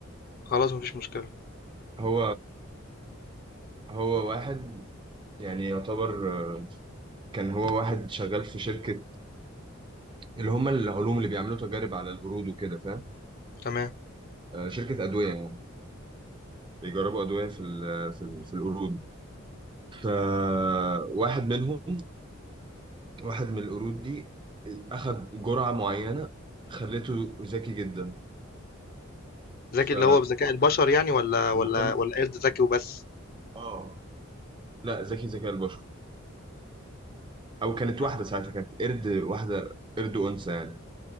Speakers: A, on the left (about 45°); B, on the right (about 25°).
A: خلاص ما فيش مشكلة.
B: هو هو واحد يعني يعتبر آه، كان هو واحد شغال في شركه اللي هم العلوم اللي بيعملوا تجارب على القرود وكده فاهم
A: تمام.
B: آه، شركة أدوية يعني بيجربوا أدوية في ال في ال في القرود فواحد منهم واحد من القرود دي أخد جرعة معينة خلته ذكي جدا
A: ذكي
B: ف
A: اللي هو بذكاء البشر يعني ولا
B: فالمهم
A: ولا ولا قرد ذكي وبس
B: اه لا ذكي ذكاء البشر أو كانت
A: تمام.
B: واحدة ساعتها كانت قرد واحدة قرد أنثى يعني